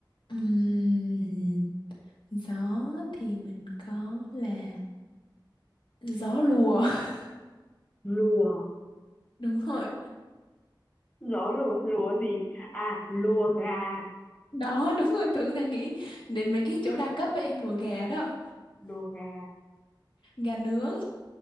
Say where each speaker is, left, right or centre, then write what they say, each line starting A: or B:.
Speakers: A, on the left; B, on the left.
A: Ừm, gió thì mình có là gió lùa <laughs>
B: lùa
A: đúng rồi
B: gió lùa lùa gì à lùa gà
A: đó đúng rồi tưởng là nghĩ đến mấy cái chỗ đa cấp ấy lùa gà đó
B: lùa gà
A: gà nướng